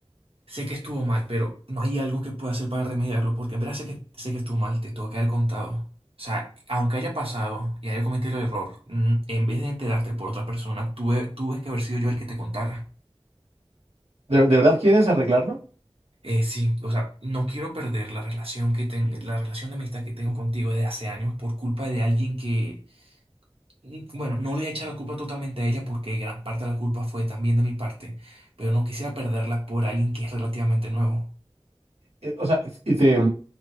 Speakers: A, on the right; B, on the right.
A: Sé que estuvo mal, pero no hay algo que pueda hacer para remediarlo, porque en verdad sé que, sé que estuvo mal, te tuvo que haber contado. O sea, aunque haya pasado y haya cometido el error, mm, en vez de enterarte por otra persona, tuve, tuve que haber sido yo el que te contara.
B: ¿De, de verdad quieres arreglarlo?
A: Eh, sí, o sea, no quiero perder la relación que ten- la relación de amistad que tengo contigo desde hace años por culpa de alguien que, mm, bueno, no le voy a echar la culpa totalmente a ella porque gran parte de la culpa fue también de mi parte, pero no quisiera perderla por alguien que es relativamente nuevo.
B: Eh, o sea, es- y te,